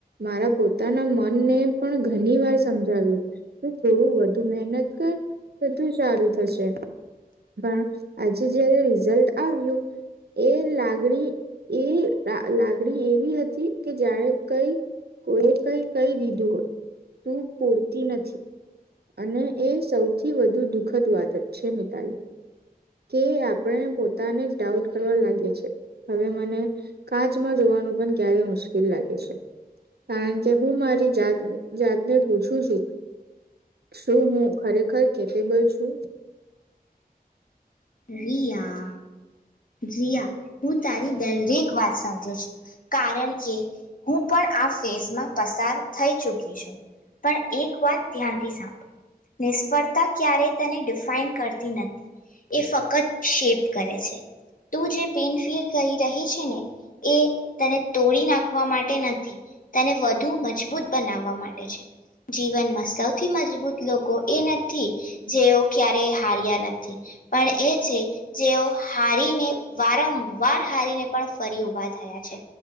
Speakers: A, on the right; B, on the left.
A: મારા પોતાના મનને પણ ઘણી વાર સમજાવ્યું તુ થોડું વધુ મહેનત કર બધું સારું થશે. પણ આજે જયારે રિઝલ્ટ આવ્યું એ લાગણી એ લાગણી એવી હતી કે જ્યારે કઈ કોએ કઈ કહી દીધું હોય તું પૂરતી નથી. અને એ સૌથી વધુ દુખદ વાત જ છે મિતાલી કે આપણે પોતાને જ ડાઉટ કરવા લાગી છે. હવે મને કાચમાં જોવાનું પણ ક્યારે મુશ્કેલ લાગે છે. કારણ કે હું મારી જાત જાતને પૂછું છું. શું હું ખરેખર કેપેબલ છું?
B: રિયા. રિયા હું તારી દરેક વાત સમજું છું. કારણ કે હું પણ આ ફેઝમાં પસાર થઈ ચૂકી છું. પણ એક વાત ધ્યાનથી સાંભળ નિષ્ફળતા ક્યારેય તને ડિફાઈન કરતી નથી એ ફકત શેપ કરે છે. તું જે પેઈન ફિઅર કહી રહી છે ને એ તને તોડી નાખવા માટે નથી, તને વધુ મજબૂત બનાવવા માટે છે. જીવનમાં સૌથી મજબૂત લોકો એ નથી જેઓ ક્યારે હાર્યા નથી પણ એ છે જેઓ હારી ને વારંવાર હારીને પણ ફરી ઉભા થયા છે.